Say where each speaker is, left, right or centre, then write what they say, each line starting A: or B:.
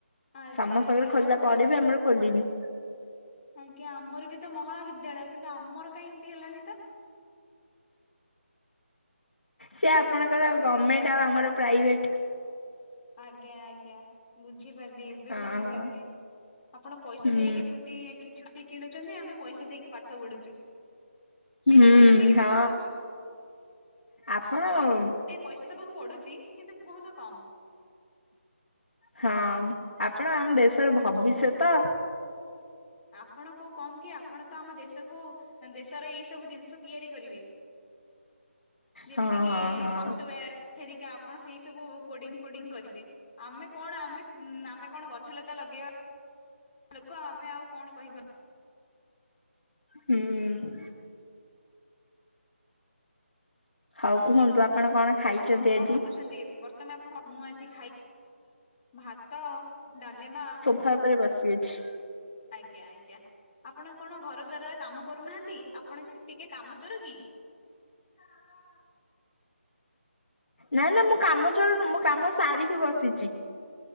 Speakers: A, on the left (about 15°); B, on the left (about 60°).
A: ଆଜ୍ଞା
B: ସମସ୍ତଙ୍କର
A: ଆଜ୍ଞା
B: ଖୋଲିଲା
A: ଆମର
B: ପରେ ବି ଆମର ଖୋଲିନି।
A: ଆଜ୍ଞା ଆମର ବି ତ ମହାବିଦ୍ୟାଳୟ କିନ୍ତୁ ଆମର କାଇଁ ଏମ୍ତି ହେଲାନି ତ?
B: ସିଏ ଆପଣଙ୍କର ଆଉ
A: ଖାଲି
B: ଗମେଣ୍ଟ
A: ହେଲା।
B: ଆଉ ଆମର ପ୍ରାଇଭେଟ୍।
A: ଆଜ୍ଞା ଆଜ୍ଞା ବୁଝିପାରିଲି ଏବେ
B: ହଁ
A: ବୁଝିପାରିଲି।
B: ହଁ
A: ଆପଣ ପଇସା
B: ହୁଁ
A: ଦେଇକି ଛୁଟି କି ଛୁଟି କିଣୁଚନ୍ତି ଆମେ ପଇସା ଦେଇକି ପାଠ ପଢୁଚୁ। ବିନା
B: ହୁଁ
A: ପଇସା ଦେଇକି
B: ହଁ
A: ପାଠ ପଢୁଚୁ।
B: ଆପଣ ହଁ
A: ପଇସା ଦବାକୁ ପଡୁଚି କିନ୍ତୁ ବୋହୁତ କମ।
B: ହଁ ଆପଣ ଆମ ଦେଶର ଭବିଷ୍ୟତ।
A: ଆପଣ କୋଉ କମ୍ କି ଆପଣ ତ ଆମ ଦେଶକୁ ଦେଶର ଏଇ ସବୁ ଜିନିଷ ତିଆରି କରିବେ। ଯେମିତିକିି
B: ହଁ ହଁ ହଁ
A: ସଫ୍ଟୱାର ହେରିକା ଆପଣ ସେଇ ସବୁଉ କୋଡିଙ୍ଗ ଫୋଡିଙ୍ଗ କରିବେ ଆମେ କଣ ଆମେ ଉଁ ଆମେ କଣ ଗଛ ଲତା ଲଗେଇବା ଲୋକ ଆମେ ଆଉ କଣ କହିବା?
B: ହୁଁଉଁ। ଆଉ କୁହନ୍ତୁ ଆପଣ କଣ ଖାଇଛନ୍ତି
A: ଆଉ ଆପଣ
B: ଆଜି?
A: କରୁଛନ୍ତି ବର୍ତ୍ତମାନ ଆପଣ ଭାତ, ଡାଲେମା
B: ଥା ପରେ ବସି ଅଛି।
A: ଆଜ୍ଞା ଆଜ୍ଞା ଆପଣ କଣ ଘର ଦ୍ୱାରରା କାମ କରୁନାହାନ୍ତି ଆପଣ ଟିକେ କାମ ଚୋର କି? <inaudible>
B: ନାଁ ନାଁ ମୁଁ କାମ ଚୋର ନୁଁ ମୁଁ କାମ ସାରିକି ବସିଚି।